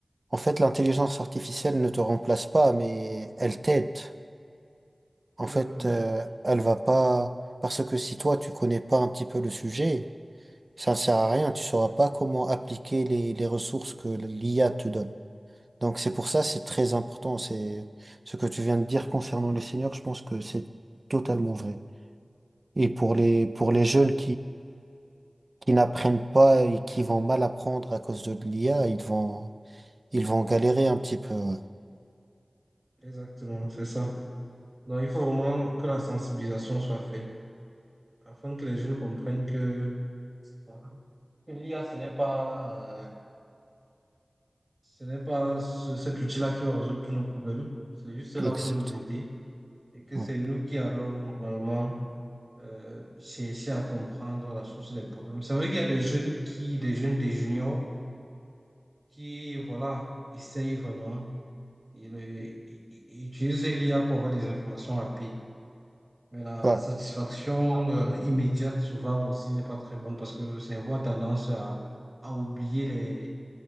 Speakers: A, on the right; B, on the right.
A: En fait, l'intelligence artificielle ne te remplace pas, mais elle t'aide. En
B: Exactement.
A: fait, euh, elle va pas... Parce que si toi, tu connais pas un petit peu le sujet, ça ne sert à rien, tu sauras
B: Oui.
A: pas comment appliquer les, les ressources que l'IA te donne. Donc c'est pour ça, c'est très important, c'est ce que tu viens de dire concernant les seniors, je pense que c'est totalement vrai. Et pour les, pour les jeunes qui n'apprennent pas et qui vont mal apprendre à cause de l'IA, ils vont, ils vont galérer un petit peu. Ouais.
B: Exactement, c'est ça. Donc, il faut vraiment que la sensibilisation soit faite afin que les jeunes comprennent que, voilà, que l'IA, ce n'est pas, euh, ce n'est pas ce- cet outil-là qui va résoudre tous nos problèmes. C'est juste là
A: Exact.
B: pour nous aider et que
A: Ouais.
B: c'est nous qui allons normalement euh, chercher à comprendre la source des problèmes. C'est vrai qu'il y a des jeunes qui, des jeunes, des juniors qui, voilà, essayent vraiment. Ils, euh, ils- ils utilisent l'IA pour avoir des informations rapides. Mais la,
A: Ouais.
B: la satisfaction euh, immédiate, souvent aussi, n'est pas très bonne parce que le cerveau a tendance à, à oublier les,